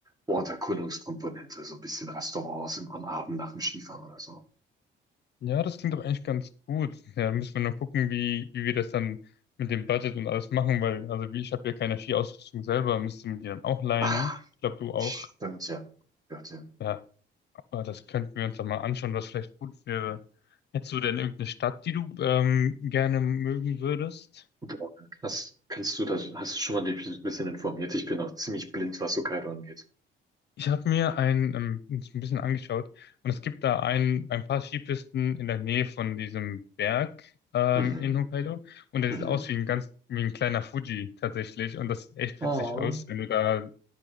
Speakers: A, on the right; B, on the left.
A: Orterkundungskomponente, so ein bisschen Restaurants im, am Abend nach dem Skifahren oder so.
B: Ja, das klingt doch eigentlich ganz gut. Ja, dann müssen wir nur gucken, wie, wie wir das dann mit dem Budget und alles machen, weil, also wie ich habe ja keine Skiausrüstung selber, müsste man die dann auch leihen.
A: Ah,
B: Ich glaube, du auch.
A: stimmt ja. Örtchen.
B: Ja, aber das könnten wir uns dann mal anschauen, was vielleicht gut wäre. Hättest du denn irgendeine Stadt, die du ähm, gerne mögen würdest?
A: Boah, krass. Kannst du das, hast du schon mal dich ein bisschen informiert? Ich bin auch ziemlich blind, was Hokkaido angeht.
B: Ich habe mir ein, ähm, uns ein bisschen angeschaut und es gibt da ein, ein paar Skipisten in der Nähe von diesem Berg ähm,
A: Mhm.
B: in Hokkaido und der
A: Mhm.
B: sieht aus wie ein ganz wie ein kleiner Fuji tatsächlich und das sieht echt
A: Oh.
B: witzig aus, wenn du da